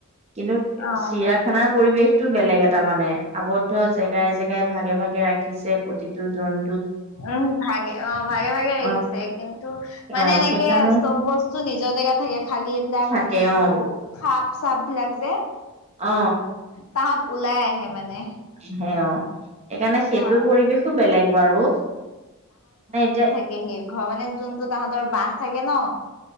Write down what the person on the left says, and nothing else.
অ
উম', ভাগে অ ভাগে ভাগে আহিছে।
কিন্তু, মানে
এনেকে
চব বস্তু নিজৰ জেগাত থাকে। খালী এইবিলাক
মানে এইটো,
সাপ চাপ বিলাগ যে।
তাহত ওলাই আহে মানে।
অ
উম
এই সে ঘৰ মানে যোনটো তাহাঁতৰ বাহ থাকে ন,